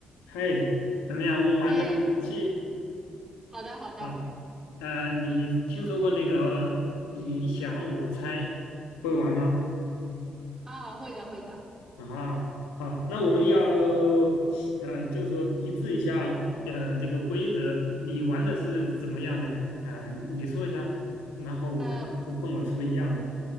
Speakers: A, on the left; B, on the right.
A: 嘿，怎么样？我们玩个游戏
B: 哎，好的好的
A: 啊？呃，你听说过那个你想我猜会玩吗？
B: 啊，会的会的，
A: 啊，好，那我们要呃，就说一致一下呃这个规则，你玩的是怎么样的呢？呃，你说一下，然后我看跟跟我是不是一样的。
B: 呃，